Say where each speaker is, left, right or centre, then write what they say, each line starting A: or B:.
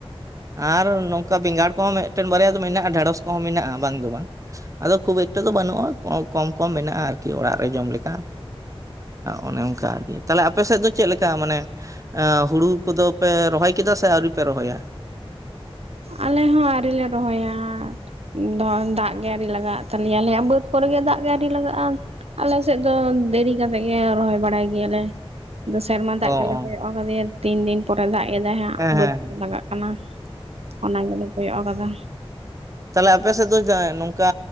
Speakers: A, on the right; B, on the right.
A: ᱟᱨ ᱱᱚᱝᱠᱟ ᱵᱮᱸᱜᱟᱲ ᱠᱚᱦᱚᱸ ᱢᱤᱫᱴᱟ. ᱝ ᱵᱟᱨᱭᱟ ᱫᱚ ᱢᱮᱱᱟᱜᱼᱟ ᱰᱷᱮᱸᱲᱚᱥ ᱠᱚᱦᱚᱸ ᱢᱮᱱᱟᱜᱼᱟ ᱵᱟᱝ ᱫᱚ ᱵᱟᱝ᱾ ᱟᱫᱚ ᱠᱷᱩᱵ ᱮᱠᱴᱟ ᱫᱚ ᱵᱟᱹᱱᱩᱜᱼᱟ ᱠᱚᱢ ᱠᱚᱢ ᱢᱮᱱᱟᱜᱼᱟ ᱟᱨᱠᱤ ᱚᱲᱟᱜ ᱨᱮ ᱡᱚᱢ ᱞᱮᱠᱟ᱾ ᱚᱱᱮ ᱚᱱᱠᱟ ᱜᱮ᱾ ᱛᱟᱦᱞᱮ ᱟᱯᱮ ᱥᱮᱫ ᱫᱚ ᱪᱮᱫ ᱞᱮᱠᱟ ᱢᱟᱱᱮ? ᱦᱩᱲᱩ ᱠᱚᱫᱚ ᱯᱮ ᱨᱚᱦᱚᱭ ᱠᱮᱫᱟ ᱥᱮ ᱟᱹᱣᱨᱤ ᱯᱮ ᱨᱚᱦᱚᱭᱟ?
B: ᱟᱞᱮ ᱦᱚᱸ ᱟ. ᱣᱨᱤᱞᱮ ᱨᱚᱦᱚᱭᱟ᱾ ᱫᱚ ᱫᱟᱜ ᱜᱮ ᱟ. ᱨᱤ ᱞᱟᱜᱟᱜ ᱛᱟᱞᱮᱭᱟ ᱟᱞᱮᱭᱟᱜ ᱵᱟᱹᱫᱽ ᱠᱚᱨᱮ ᱜᱮ ᱫᱟᱜ ᱜᱮ ᱟ. ᱨᱤ ᱞᱟᱜᱟᱜᱼᱟ᱾ ᱟᱞᱮ ᱥᱮᱫ ᱫᱚ ᱫᱮᱨᱤ ᱠᱟᱛᱮᱫ ᱜᱮ ᱨᱚᱦᱚᱭ ᱵᱟᱲᱟᱭ ᱜᱮᱭᱟᱞᱮ᱾ ᱟᱫᱚ ᱥᱮᱨᱢᱟ ᱫᱟᱜ
A: ᱚ
B: ᱜᱮᱞᱮ
A: ᱚ
B: ᱠᱚᱭᱚᱜ ᱟᱠᱟᱫᱮᱭᱟ ᱛᱤᱱ ᱫᱤᱱ ᱯᱚᱨᱮ ᱫᱟᱜ ᱮᱫᱟᱭ ᱦᱟᱸᱜ
A: ᱦᱮᱸ
B: ᱵᱟᱹᱫ
A: ᱦᱮᱸ
B: ᱠᱚᱨᱮ ᱞᱟᱜᱟᱜ ᱠᱟᱱᱟ᱾ ᱚᱱᱟ ᱜᱮᱞᱮ ᱠᱚᱭᱚᱜ ᱟᱠᱟᱫᱟ᱾
A: ᱛᱟᱦᱞᱮ ᱟᱯᱮ ᱥᱮᱫ ᱫᱚ ᱡᱟᱭ ᱱᱚᱝᱠᱟ